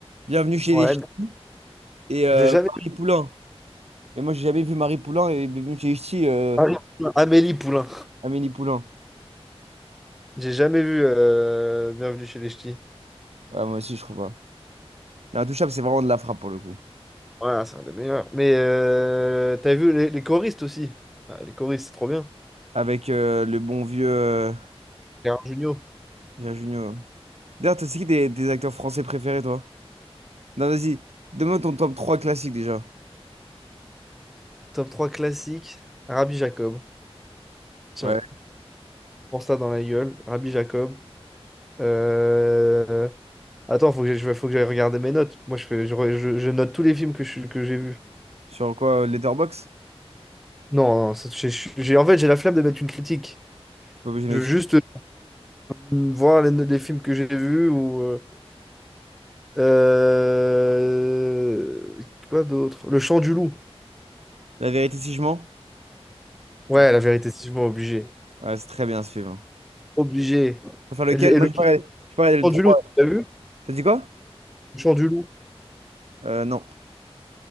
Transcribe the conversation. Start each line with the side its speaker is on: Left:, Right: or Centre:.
Right: Bienvenue chez
Centre: Ouais,
Right: les Ch'tis
Centre: non,
Right: et euh,
Centre: je l'ai jamais.
Right: Marie Poulain. Mais moi, j'ai jamais vu Marie Poulain et Bienvenue chez les Ch'tis, euh,
Centre: Amélie Poulain. Amélie Poulain.
Right: Amélie Poulain.
Centre: J'ai jamais vu euh, Bienvenue chez les Ch'tis.
Right: Ouais, moi aussi, je trouve pas. Mais Intouchable, c'est vraiment de la frappe pour le coup.
Centre: Ouais, c'est un des meilleurs. Mais euh, t'as vu les, les choristes aussi. Ah, les choristes, c'est trop bien.
Right: Avec euh, le bon vieux. euh,
Centre: Gérard Jugnot.
Right: Gérard Jugnot. D'ailleurs, t'as c'est qui des, des acteurs français préférés, toi? Non, vas-y, donne-moi ton top 3 classique déjà.
Centre: Top trois classique. Rabbi Jacob. Tiens,
Right: Ouais.
Centre: prends ça dans la gueule. Rabbi Jacob. Euh, Attends, faut que j'aille faut que j'aille regarder mes notes. Moi, je fais, je, re- je- je note tous les films que je- que j'ai vus.
Right: Sur quoi? Letterbox
Centre: Non, non, c'est- j'ai, j'ai- en fait, j'ai la flemme de mettre une critique.
Right: T'es pas obligé
Centre: Je
Right: de me-
Centre: veux
Right: suivre.
Centre: juste euh, voir les, les films que j'ai vus ou. euh, Euh, Quoi d'autre? Le chant du loup.
Right: La vérité si je mens?
Centre: Ouais,
Right: Non.
Centre: la vérité, c'est sûrement obligé.
Right: Ouais, c'est très bien ce film. hein.
Centre: Obligé.
Right: Tu préfères lequel?
Centre: Et le, et
Right: Moi,
Centre: le
Right: je parlais, je parlais le
Centre: chant
Right: 3.
Centre: du loup, tu as vu?
Right: T'as dit quoi?
Centre: Le chant du loup.
Right: Euh, non.